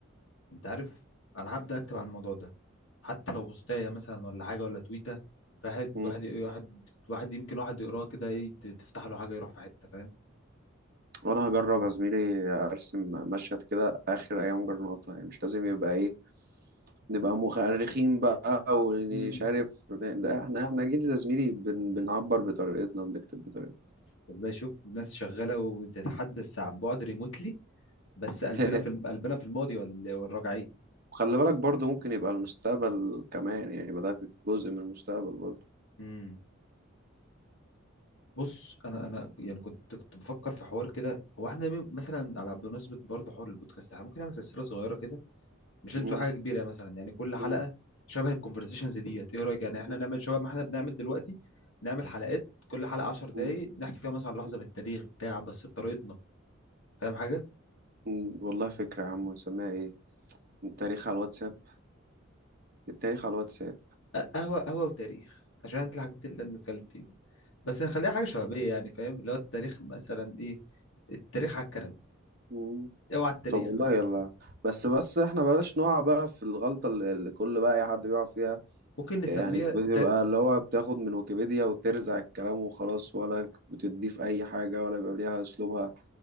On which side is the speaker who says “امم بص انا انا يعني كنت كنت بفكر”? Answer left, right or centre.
Left